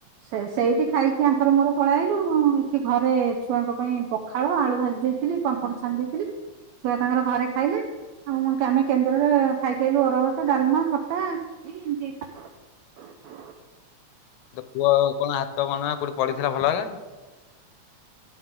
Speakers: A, on the right; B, on the left.
A: ସେ <unintelligible> ଖାଇକି ଆଙ୍କର ମୋର ପଳେଆଇଲୁ ଏଠି ଘରେ ଛୁଆଙ୍କ ପାଇଁ ପଖାଳ ଆଳୁ, ଭାଜି ଦେଇଥିଲି ପାମ୍ପଡ, ଛାଣି ଦେଇଥିଲି ଛୁଆ ତାଙ୍କର ଘରେ ଖାଇଲେ ଆମେ କେନ୍ଦ୍ରରରେ ଖାଇକି ଆଇଲୁ ଅରୁଆ ଭାତ ଡାଲମା ଖଟା <unintelligible>
B: ତ ପୁଅ ଆଉ କଣ ହାତ କଣ କୋଉଠି ପଢିଥିଲା ଭଲ ହେଲାଣୀ?